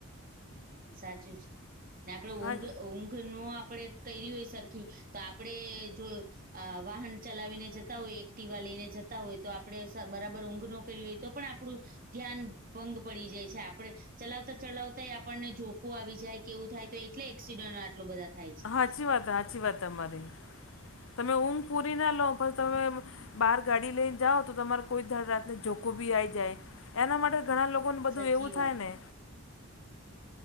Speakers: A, on the right; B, on the left.
A: સાચું છે ને આપડે ઊંઘ
B: હા
A: ઊંઘ નો આપડે કર્યું હોય સરખી તો આપડે જોય અ વાહન ચલાવીને જતા હોય એકટીીવા લઈને જતા હોય તો આપડણે બરાબર ઊંઘ ન કર્યું હોય તો. પણ આપણું ધ્યાન ભંગ પડી જાય છે આપડણે ચલાવતા ચલાવતા એ આપ આપણને જોકું આવી જાય કે એવું થાય તો એટલે એક્સિડન્ટ આટલો બધા થાય છ.
B: હાચી વાત હાચી વાત તમારી તમે ઊંઘ પૂરી ના લો પણ તમે બહાર ગાડી લઈને જાઓ તો તમારે કોઈ રાતને જોખું બી આવી જાય એના માટે ઘણા લોકો કોને
A: તો
B: બધું
A: સાચી
B: એવું
A: વાત
B: થાય ને